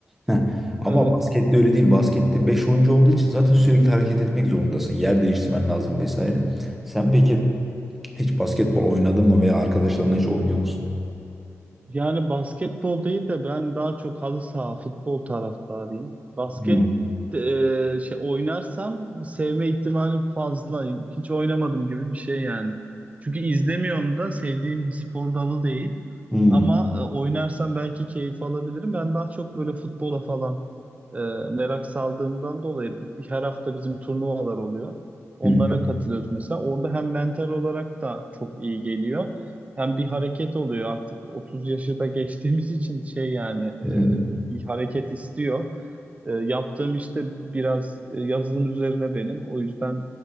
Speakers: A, in the centre; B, on the right.
A: mı? Heh. Ama
B: evet.
A: baskette öyle değil. Baskette 5 oyuncu olduğu için zaten sürekli hareket etmek zorundasın. Yer değiştirmen lazım vesaire. Sen peki hiç basketbol oynadın mı veya arkadaşlarınla hiç oynuyor musun?
B: Yani basketbol değil de ben daha çok halı saha, futbol taraftarıyım. Basket
A: Hmm.
B: e, şey oynarsam sevme ihtimalim fazla. Hiç oynamadım gibi bir şey yani. Çünkü izlemiyorum da sevdiğim bir spor dalı değil.
A: Hmm.
B: Ama e, oynarsam belki keyif alabilirim. Ben daha çok böyle futbola falan e, merak saldığımdan dolayı her hafta bizim turnuvalar oluyor. Onlara
A: Hmm.
B: katılıyoruz mesela. Orada hem mental olarak da çok iyi geliyor. Hem bir hareket oluyor artık 30 yaşı da geçtiğimiz için şey yani e,
A: Hmm. <laughs>
B: bir hareket istiyor. E, yaptığım işte biraz e, yazılım üzerine benim. O yüzden